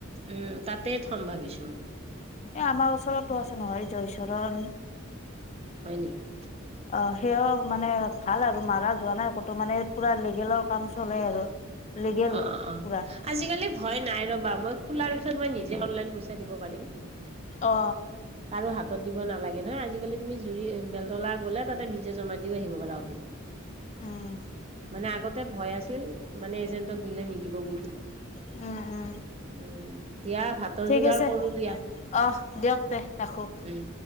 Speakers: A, on the right; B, on the left.
A: উম, তাতেই থ'ম ভাবিছোঁ মই।
B: এ আমাৰ ওচৰতো আছে নহয় জয়চৰণ।
A: হয় নেকি?
B: অ', সেইয়াও মানে ভাল আৰু মাৰা যোৱা নাই ক'তো, মানে পুৰা লিগেলৰ কাম চলে আৰু। লিগেল
A: অ', অ'।
B: পুৰা।
A: আজিকালি ভয় নাই ৰ'বা, মই খোলাৰ পিছত মই নিজে অনলাইন পইচা দিব পাৰিম।
B: অ
A: কাৰো হাতত দিব নালাগে নহয়, আজিকালি তুমি জুৰি বেলতলা গ'লে তাত তে নিজে জমা দিও আহিব পাৰা।
B: উম
A: মানে আগতে ভয় আছিল মানে এজেন্টক দিলে নিদিব। বুলি।
B: উম, উম।
A: উম, দিয়া ভাতৰ
B: ঠিক
A: যোগাৰ
B: আছে,
A: কৰো দিয়া
B: অ'স, দিয়ক তে ৰাখোঁ।
A: উম।